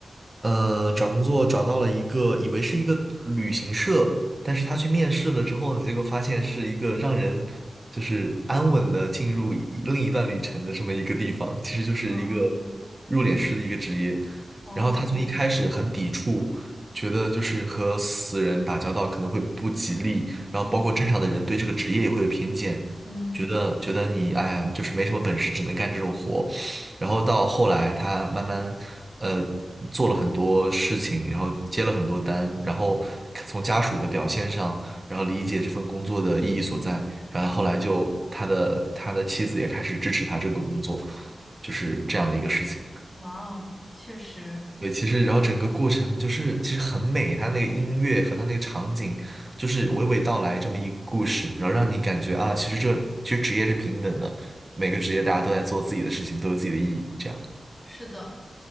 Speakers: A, on the right; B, on the left.
A: 呃，找工作找到了一个，以为是一个旅行社，但是他去面试了之后呢，结果发现是一个让人就是安稳的进入一另一段旅程的这么一个地方，其实就是一个
B: 哦
A: 入殓师的一个职业。
B: 哦，
A: 然后他从一开始很抵触，觉得就是和死人打交道可能会不吉利，然后包括镇上的人对这个职业也会有偏见，
B: 嗯嗯，
A: 觉得觉得你哎呀，就是没什么本事，只能干这种活。然后到后来他慢慢呃做了很多事情，然后接了很多单，然后从家属的表现上，然后理解这份工作的意义所在，然后后来就他的他的妻子也开始支持他这个工作，就是这样的一个事情。
B: 哇哦，确实
A: 对，其实然后整个过程就是其实很美，他那个音乐和他那个场景，就是娓娓道来这么一个故事，然后让你感觉啊，其实这其实职业是平等的，每个职业大家都在做自己的事情，都有自己的意义，这样。
B: 是的。